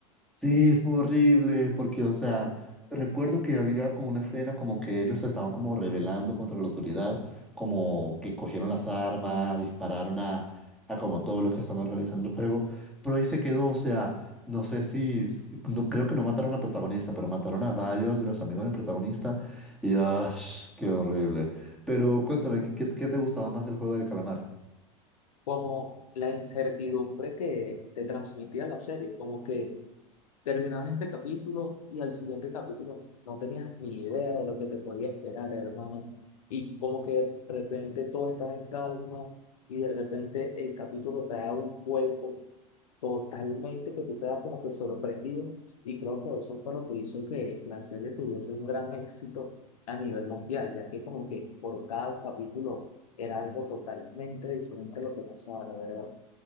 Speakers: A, in the centre; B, on the left.
A: Sí, fue horrible, porque, o sea, recuerdo que había como una escena como que ellos se estaban como rebelando contra la autoridad, como que cogieron las armas, dispararon a, a como todos los que están organizando el juego, pero ahí se quedó, o sea, no sé si, s- no, creo que no mataron al protagonista, pero mataron a varios de los amigos del protagonista, y ¡ah! qué horrible. Pero cuéntame, ¿qué, qué te gustaba más del juego del calamar?
B: Como la incertidumbre que te transmitía la serie, como que. Terminabas este capítulo y al siguiente capítulo no tenías ni idea de lo que te podía esperar, hermano. Y como que de repente todo estaba en calma y de repente el capítulo te da un cuerpo totalmente que tú te das como que sorprendido. Y creo que eso fue lo que hizo que la serie tuviese un gran éxito a nivel mundial, ya que como que por cada capítulo era algo totalmente diferente a lo que pasaba, la verdad.